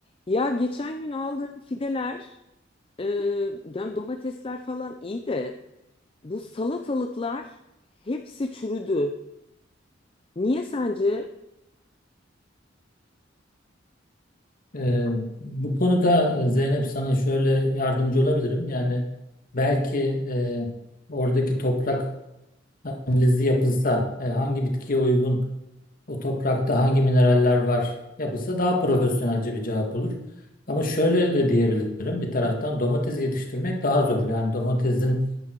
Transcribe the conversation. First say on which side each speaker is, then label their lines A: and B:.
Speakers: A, on the left; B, on the left.
A: Ya geçen gün aldığım fideler, e, yani domatesler falan iyi de bu salatalıklar hepsi çürüdü. Niye sence?
B: Ee, bu konuda e, Zeynep sana şöyle yardımcı olabilirim. Yani belki e, oradaki toprak analizi yapılsa, e, hangi bitkiye uygun, o toprakta hangi mineraller var yapılsa daha profesyonelce bir cevap olur. Ama şöyle de diyebilirim bir taraftan domates yetiştirmek daha zor. Yani domatesin